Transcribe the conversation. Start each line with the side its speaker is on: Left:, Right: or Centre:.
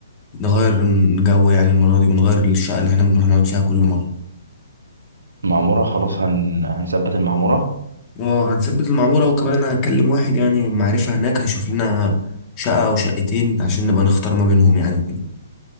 Left: نغير من جو يعني المرة دي ونغير الشقة اللي احنا بنروح نقعد فيها كل مرة
Right: المعمورة خلاص هن... هنثبت المعمورة
Left: اه هنثبت المعمورة وكمان انا هكلم واحد يعني معرفة هناك هيشوف لنا شقة او شقتين عشان نبقى نختار ما بينهم يعني وكده